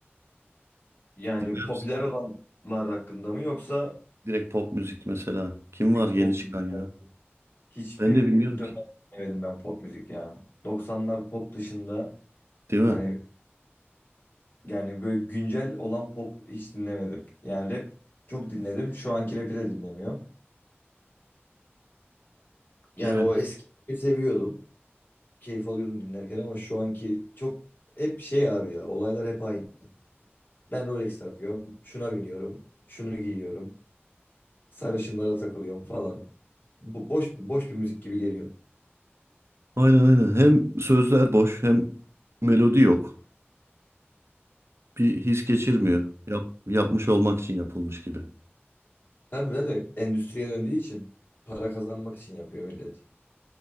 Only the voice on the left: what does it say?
Yani
popüler
olanlar hakkında mı yoksa
direkt
pop
müzik?
hakkı? Hiçbir
dönem
dinlemedim ben pop müzik ya. 90'lar pop dışında
hani yani böyle güncel olan pop hiç dinlemedim. Yani rap çok dinledim. Şu anki rap'i de dinlemiyorum. Yani
o eskiyi seviyordum. Keyif alıyordum dinlerken ama şu anki çok hep şey abi ya olaylar hep aynı. Ben Rolex takıyorum. Şuna biniyorum. Şunu giyiyorum. sarışınlara takılıyorum falan. Bu boş boş bir müzik gibi geliyor.
Tabii zaten endüstriye döndüğü için para kazanmak için yapıyor millet.